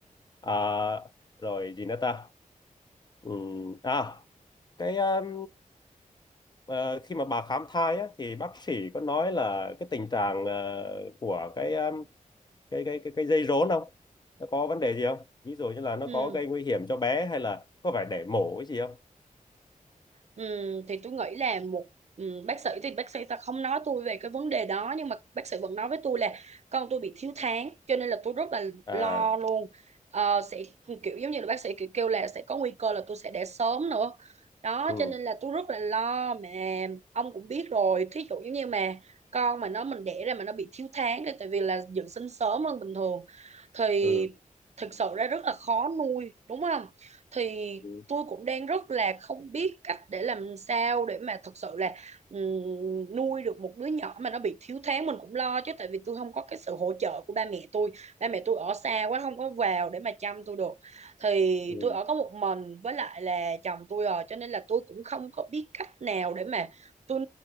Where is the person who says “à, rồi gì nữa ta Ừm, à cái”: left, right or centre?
Left